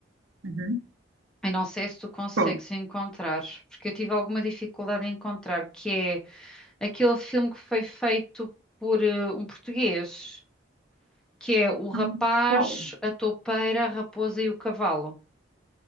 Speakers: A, on the right; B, in the centre.
A: Uhum.
B: Eu não sei se tu consegues
A: Qual?
B: encontrar, porque eu tive alguma dificuldade em encontrar, que é aquele filme que foi feito por eh, um português. que é o rapaz,
A: Ah, Qual?
B: a toupeira, a raposa e o cavalo.